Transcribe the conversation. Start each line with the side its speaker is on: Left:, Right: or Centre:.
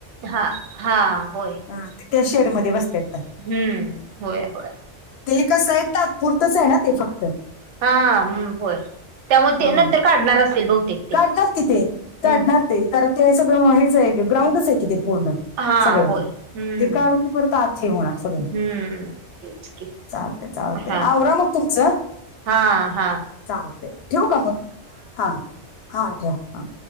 Right: हा. हा. होय.
Left: हा, ते त्या शेडमध्ये
Right: हम्म.
Left: बसतात
Right: होय होय.
Left: ते कसंय? तात्पुरतच आहे ना ते फक्त?
Right: हा. हं. होय त्यामुळे ते
Left: हं.
Right: नंतर काढणार असतील बहुतेक? ते
Left: काढणार कि ते. काढणार
Right: हम्म
Left: ते कारण ते सगळं हेच आहे. ग्राउंडच आहे कि ते पूर्ण.
Right: हा
Left: सगळं
Right: होय
Left: ते.
Right: हम्म
Left: ते काढून ते परत आत हे होणार सगळं.
Right: हम्म तेच की
Left: चालतय. चालतय.
Right: हा
Left: आवरा मग तुमचं.
Right: हा हा.
Left: चालतेय. ठेवू का मग? हा हा ठेवा.